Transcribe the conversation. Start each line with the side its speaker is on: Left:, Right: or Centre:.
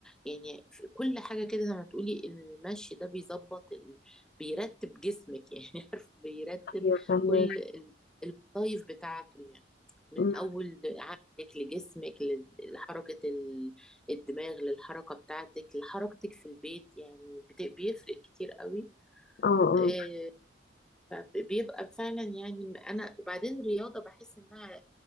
Centre: يعني في كل حاجة كده زي ما تقولي المشي ده بيظبط بيرتب جسمك يعني <laughs> عارف بيرتب
Left: أيوة فهماك
Centre: كل ال- الوظايف بتاعته يعني من
Left: مم.
Centre: اول عقلك لجسمك ل- لحركه ال- الدماغ للحركه بتاعتك لحركتك في البيت يعني بت- بيفرق كتير قوي
Left: اه اه
Centre: آه، فبيبقى فعلا يعني انا وبعدين الرياضه بحس انها